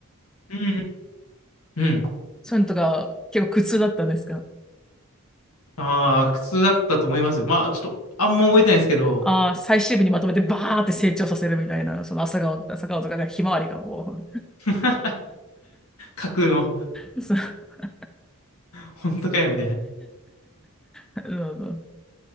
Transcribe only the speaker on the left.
うんうん。うん。
ああ、苦痛だったと思いますよ。まあ、ちょっと、あんま覚えてないですけど、
<laughs> 書くの、
本当かよ、みたいな。